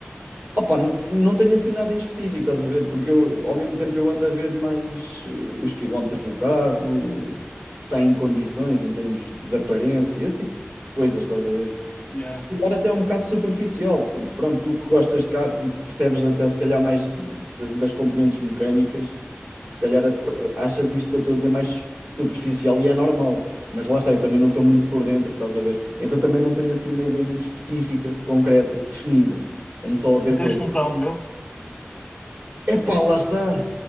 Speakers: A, on the right; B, on the left.
A: Opa, n- não tenho assim nada em específico, estás a ver? Porque eu, ao mesmo tempo eu ando a ver mais eh, os quilómetros do carro, se está em condições em termos de aparência, esse tipo de coisas, estás a ver?
B: Yeah.
A: Que se calhar até é um bocado superficial, porque pronto, tu que gostas de carros e percebes até se calhar mais de- de- das componentes mecânicas, se calhar a- achas isto que eu estou a dizer mais superficial e é normal, mas lá está, eu também não estou muito por dentro, estás a ver? Então também não tenho assim uma ideia muito específica, concreta, definida. Ando só a ver
B: Não
A: coisas.
B: queres comprar o meu?
A: Epá, lá está.